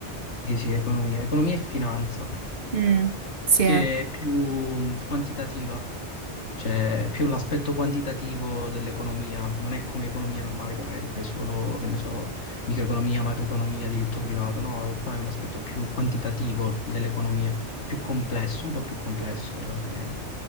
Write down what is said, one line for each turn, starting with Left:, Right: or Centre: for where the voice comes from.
Left: sì, sì, economia, economia e finanza,
Right: Mm, sì.
Left: che
Right: eh.
Left: è più quantitativa. C'è più l'aspetto quantitativo dell'economia, non è come economia normale che magari fai solo, che ne so, microeconomia, macroeconomia, diritto privato, no, e qua è l'aspetto più quantitativo dell'economia, più complesso, un po' più complesso alla fine.